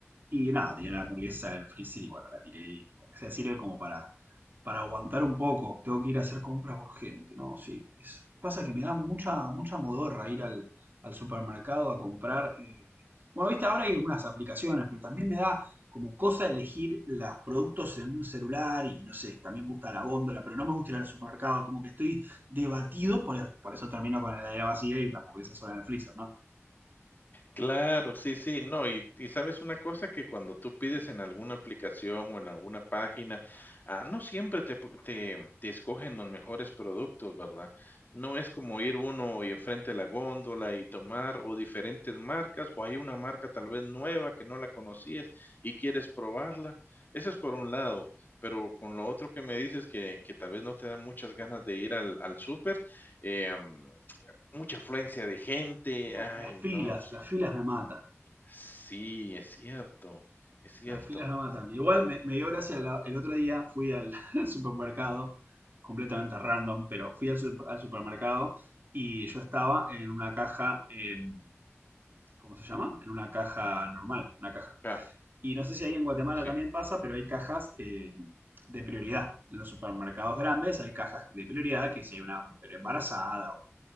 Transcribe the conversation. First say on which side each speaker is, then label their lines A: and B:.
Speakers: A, on the right; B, on the left.
A: Y nada, tenía la hamburguesa, en el freezer y bueno, la tiré y o sea, sirve como para, para aguantar un poco. Tengo que ir a hacer compras urgente, ¿no? Sí. Es- pasa que me da mucha, mucha modorra ir al, al supermercado a comprar. eh, Bueno, viste, ahora hay algunas aplicaciones, pero también me da como cosa elegir los productos en un celular y no sé, también me gusta la góndola, pero no me gusta ir al supermercado, como que estoy debatido, por, por eso termino con la heladera vacía y la hamburguesa sola en el freezer, ¿no?
B: Claro, sí, sí, no, y, y sabes una cosa que cuando tú pides en alguna aplicación o en alguna página, ah, no siempre te, pu- te, te escogen los mejores productos, ¿verdad? No es como ir uno y enfrente a la góndola y tomar o diferentes marcas, o hay una marca tal vez nueva que no la conocías y quieres probarla. Eso es por un lado, pero con lo otro que me dices que, que tal vez no te dan muchas ganas de ir al, al súper, eh, mucha afluencia de gente,
A: No,
B: ay,
A: las filas,
B: no, sí,
A: las filas me matan.
B: Sí, es cierto, es cierto.
A: Las filas me matan. Igual me, me dio gracia, la- el otro día fui al, <laughs> al supermercado, completamente random, pero fui al, super- al supermercado y yo estaba en una caja, em, ¿cómo se llama? En una caja normal, una caja.
B: Ah,
A: Y no sé si ahí en Guatemala
B: sí.
A: también pasa, pero hay cajas em, de prioridad. En los supermercados grandes hay cajas de prioridad que si hay una mujer embarazada o